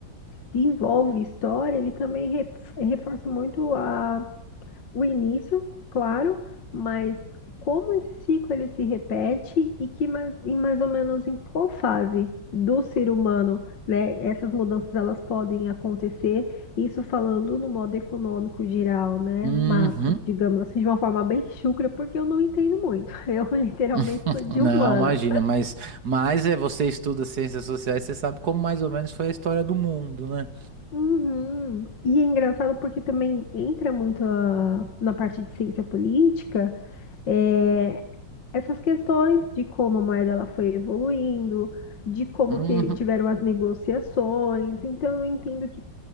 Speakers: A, on the left; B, on the right.
A: se envolve história, ele também re- reforça muito a o início, claro, mas como esse ciclo ele se repete e que mais, e mais ou menos em qual fase do ser humano, né, essas mudanças elas podem acontecer, isso falando no modo econômico geral, né,
B: hum,
A: macro,
B: uhum.
A: digamos assim, de uma forma bem chucra, porque eu não entendo muito. <laughs> Eu literalmente
B: <laughs>
A: sou de
B: Não,
A: humanas.
B: imagina, mas, mas é, você estuda ciências sociais, você sabe como mais ou menos foi a história do mundo, né?
A: Uhum. E é engraçado porque também entra muito a- na parte de ciência política, é, essas questões de como a moeda ela foi evoluindo, de como
B: Uhum.
A: te- tiveram as negociações. Então, eu entendo que